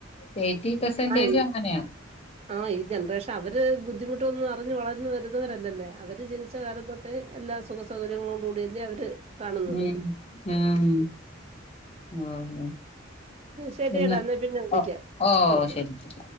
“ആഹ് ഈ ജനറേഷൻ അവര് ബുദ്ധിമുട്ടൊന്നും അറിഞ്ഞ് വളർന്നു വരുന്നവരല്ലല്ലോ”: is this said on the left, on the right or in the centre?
Right